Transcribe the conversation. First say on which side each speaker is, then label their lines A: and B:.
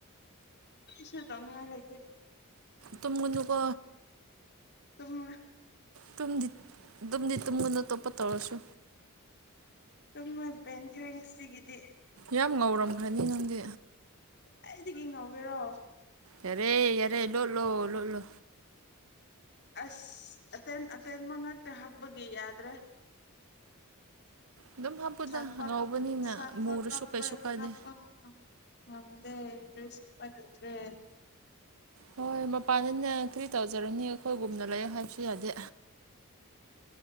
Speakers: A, on the left; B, on the right.
A: ꯁꯨ ꯇꯧꯅꯤꯉꯥꯏ ꯂꯩꯥꯏꯇ꯫
B: ꯇꯨꯝꯒꯅꯨꯀꯣ꯫
A: ꯇꯨꯃꯣꯏ꯫
B: ꯇꯨꯝꯗꯤ ꯇꯨꯝꯗꯤ ꯇꯨꯝꯃꯨꯅꯨ ꯇꯣꯞꯄ ꯇꯧꯔꯁꯨ꯫
A: ꯇꯏꯕꯦꯟ ꯄꯦꯟꯈꯔ꯭ꯦ ꯉꯁꯤꯒꯤꯗꯤ꯫
B: ꯌꯥꯝ ꯉꯧꯔꯝꯈ꯭ꯔꯅꯤ ꯅꯪꯗꯤ꯫
A: ꯑꯩꯗꯒꯤ ꯉꯧꯒꯦꯔꯣ
B: ꯌꯥꯔꯦ ꯌꯥꯔꯦ ꯂꯣꯠꯂꯣ ꯂꯣꯠꯂꯣ꯫
A: ꯑꯁ ꯑꯇꯦꯟ ꯑꯇꯦꯟꯃ ꯉꯛꯇ ꯍꯞꯄꯒꯤ ꯌꯥꯗ꯭ꯔꯦ꯫
B: ꯑꯗꯨꯝ ꯍꯥꯞꯄꯨꯗ
A: ꯁꯄ
B: ꯉꯧꯕꯅꯤꯅ
A: ꯍꯥ ꯁꯥꯡꯄ
B: ꯃꯨꯔꯁꯨ
A: ꯍꯥꯄ
B: ꯀꯩꯁꯨ ꯀꯥꯏꯗꯦ
A: ꯍꯥꯞꯄ꯫ ꯅꯝꯗꯦ ꯁꯨꯄꯔꯗ꯭ꯔꯦ꯫
B: ꯍꯣꯏ ꯃꯄꯥꯟꯗꯅꯦ ꯀꯔꯤ ꯇꯧꯖꯔꯅꯤ ꯑꯩꯈꯣꯏꯒꯨꯝꯅ ꯂꯩꯌꯨ ꯍꯥꯏꯕꯁꯨ ꯌꯥꯗꯦ꯫